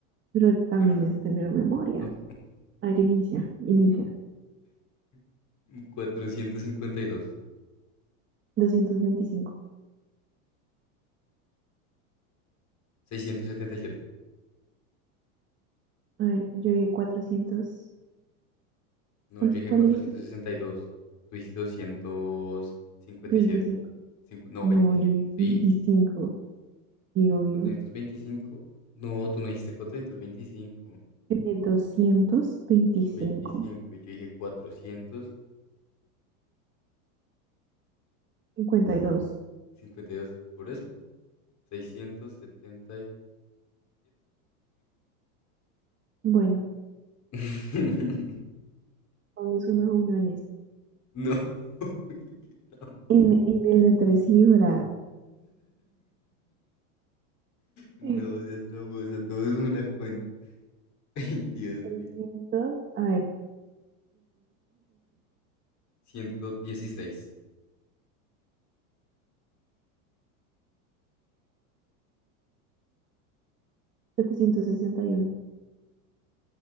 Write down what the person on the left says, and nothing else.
Bueno, dale.
Ok.
<laughs> cuatrocientos cincuenta y dos.
seiscientos setenta y siete.
No,
yo dije
cuatrocientos
sesenta y dos. Tú dijiste 257.
Cincu- no,
25.
¿Sí?
cuatrocientos veinticinco No, tú no dijiste 425.
veinticinco veinticinco. Y yo dije cuatrocientos
cincuenta y dos Por eso, 677.
<laughs>
no. <laughs> qué trampa.
no,
ya tramposa. Todo es una cuenta. <laughs> Ay, Dios
mío.
ciento dieciséis